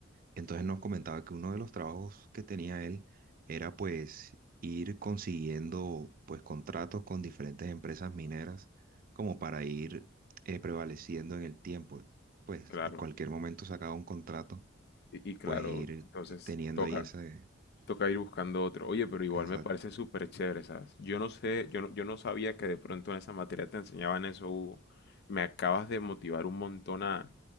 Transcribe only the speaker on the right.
Entonces nos comentaba que uno de los trabajos que tenía él era pues ir consiguiendo pues contratos con diferentes empresas mineras como para ir eh, prevaleciendo en el tiempo. Pues
en cualquier momento sacaba un contrato,
pues ir
teniendo
ahí ese,
esa,